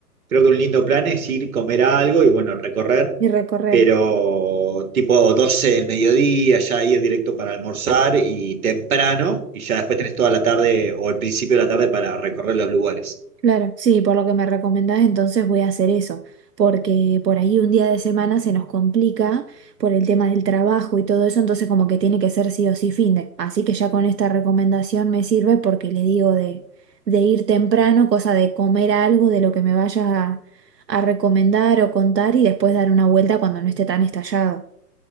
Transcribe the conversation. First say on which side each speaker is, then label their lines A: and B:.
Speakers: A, on the right; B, on the right.
A: creo que un lindo plan es ir, comer algo y bueno, recorrer
B: y recorrer.
A: pero tipo 12 del mediodía, ya ir directo para almorzar y temprano, y ya después tenés toda la tarde o el principio de la tarde para recorrer los lugares.
B: Claro, sí, por lo que me recomendás, entonces voy a hacer eso, porque por ahí un día de semana se nos complica por el tema del trabajo y todo eso, entonces como que tiene que ser sí o sí finde. Así que ya con esta recomendación me sirve porque le digo de, de ir temprano, cosa de comer algo de lo que me vayas a, a recomendar o contar y después dar una vuelta cuando no esté tan estallado.